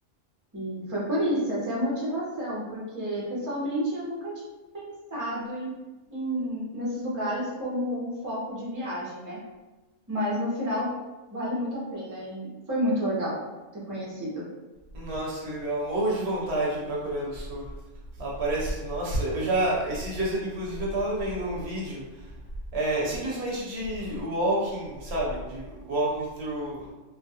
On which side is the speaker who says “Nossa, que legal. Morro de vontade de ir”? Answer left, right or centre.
Right